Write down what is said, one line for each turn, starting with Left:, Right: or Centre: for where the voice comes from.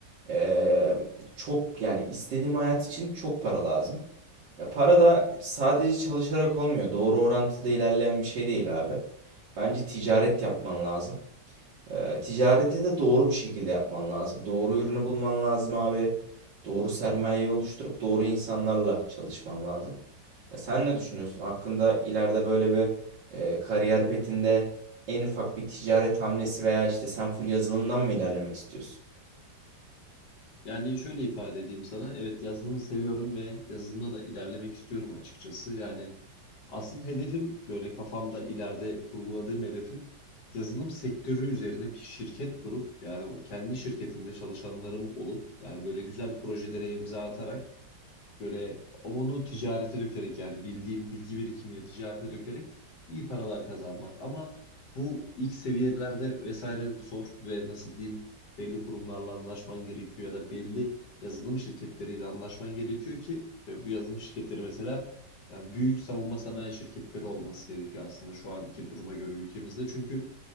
Right: eee, çok yani istediğim hayat için çok para lazım. Ya para da sadece çalışarak olmuyor. Doğru orantılı ilerleyen bir şey değil abi. Bence ticaret yapman lazım. Ee, ticareti de doğru bir şekilde yapman lazım. Doğru ürünü bulman lazım abi. Doğru sermayeyi oluşturup doğru insanlarla çalışman lazım. Ya sen ne düşünüyorsun? Hakkında ileride böyle bir e, kariyer petinde en ufak bir ticaret hamlesi veya işte sen full yazılımdan mı ilerlemek istiyorsun?
Left: Yani şöyle ifade edeyim sana. Evet yazılımı seviyorum ve yazılımda da ilerlemek istiyorum açıkçası. Yani asıl hedefim böyle kafamda ileride kurguladığım hedefim yazılım sektörü üzerine bir şirket kurup yani kendi şirketimde çalışanlarım olup yani böyle güzel projelere imza atarak Böyle onu ticarete dökerek yani bildiğim bilgi birikimini ticarete dökerek iyi paralar kazanmak. Ama bu ilk seviyelerde vesaire zor ve nasıl diyeyim belli kurumlarla anlaşman gerekiyor ya da belli yazılım şirketleriyle anlaşman gerekiyor ki ve bu yazılım şirketleri mesela yani büyük savunma sanayi şirketleri olması gerekiyor aslında şu anki duruma göre ülkemizde. Çünkü